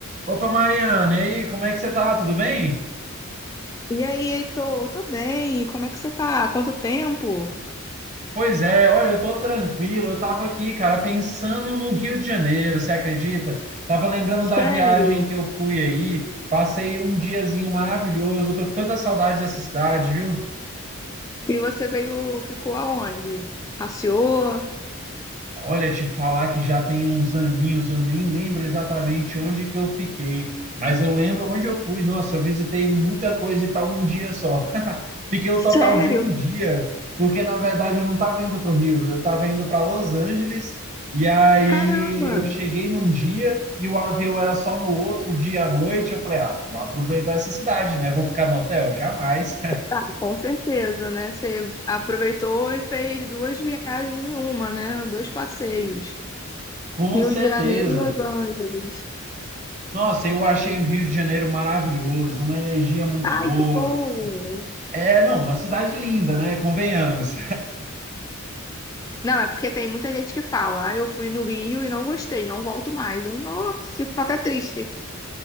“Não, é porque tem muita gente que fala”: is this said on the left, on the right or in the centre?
Left